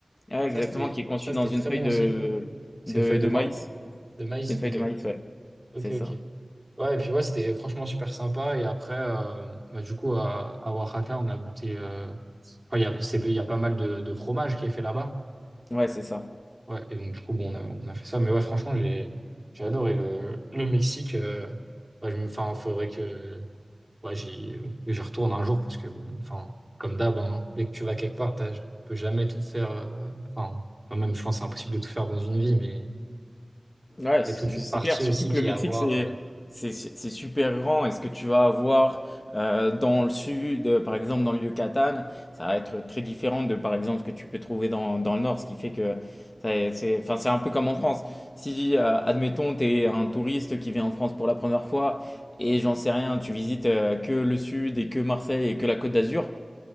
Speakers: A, on the left; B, on the right.
A: Ouais,
B: Ça,
A: exactement,
B: c'était
A: qui est conçu
B: ça,
A: dans
B: c'était
A: une
B: très
A: feuille
B: bon
A: de,
B: aussi. C'est
A: de,
B: une feuille de
A: de
B: quoi?
A: maïs.
B: De maïs.
A: C'est une feuille
B: Ok.
A: de maïs, ouais.
B: Ok,
A: C'est
B: ok.
A: ça.
B: Ouais, et puis ouais, c'était franchement super sympa. Et après, euh, bah, du coup, à, à Oaxaca, on a goûté. euh, enfin, il y a, c'est- il y a pas mal de, de fromage qui est fait là-bas.
A: Ouais, c'est ça.
B: Ouais, et donc, du coup, bon, on a, on a fait ça. Mais ouais, franchement, j'ai, j'ai adoré le, le Mexique. euh, ouais, je me, enfin, faudrait que ouais, j'y, que j'y retourne un jour parce que, bon, enfin, comme d'hab, hein, dès que tu vas quelque part, t'as- tu peux jamais tout faire. euh, enfin, enfin, même, je pense que c'est impossible de tout faire dans une vie, mais
A: Ouais,
B: il
A: c'est
B: y a toute une
A: c'est
B: partie
A: clair. Surtout
B: aussi
A: que
B: qui
A: le Mexique,
B: est à voir.
A: c'est
B: euh,
A: c'est c'est super grand. Et ce que tu vas avoir euh, dans le sud, euh, par exemple dans le Yucatan, ça va être très différent de, par exemple, ce que tu peux trouver dans, dans le nord. Ce qui fait que ça est- c'est enfin, c'est un peu comme en France. Si, euh, admettons, tu es un touriste qui vient en France pour la première fois et j'en sais rien, tu visites euh, que le sud et que Marseille et que la Côte d'Azur,